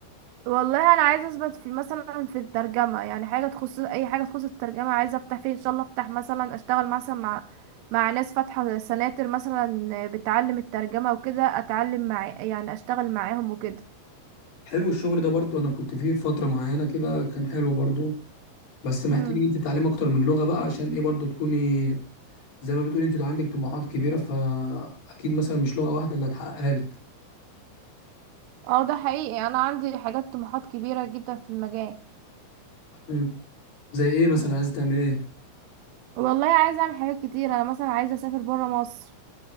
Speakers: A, on the right (about 80°); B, on the left (about 60°).
A: والله انا عايزه اثبت في مثلا في الترجمه يعني حاجه تخص اي حاجه تخص الترجمه عايزه افتح فيه ان شاء الله افتح مثلا اشتغل مثلا مع مع ناس فاتحه سناتر مثلا بتعلم الترجمه وكده اتعلم مع يعني اشتغل معاهم وكده
B: حلو الشغل ده برضه انا كنت فيه فتره معينه كده كان حلو برضه بس محتاجه
A: امم
B: ان انت تتعلمي اكتر من لغه بقى عشان ايه برضه تكوني زي ما بتقولي انت عندك طموحات كبيره فاكيد مثلا مش لغه واحده اللي هتحققها لك
A: اه ده حقيقي انا عندي حاجات طموحات كبيرة جدا في المجال
B: مم. زي ايه مثلا عايزه تعملي ايه
A: والله عايزه اعمل حاجات كتير انا مثلا عايزه اسافر بره مصر